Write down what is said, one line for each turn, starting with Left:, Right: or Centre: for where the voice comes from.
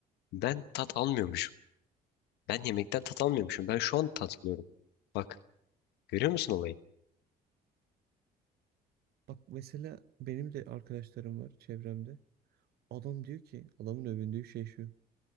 Left: ben tat almıyormuşum. Ben yemekten tat almıyormuşum. Ben şu an tat alıyorum. Bak görüyor musun olayı?
Right: bak mesela benim de arkadaşlarım var çevremde. Adam diyor ki adamın övündüğü şey şu.